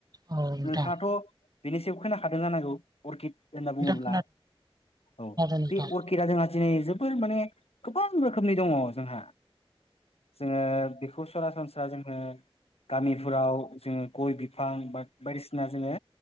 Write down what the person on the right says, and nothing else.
औ नोंथां औ नोंथां
खोनादों
नोंथां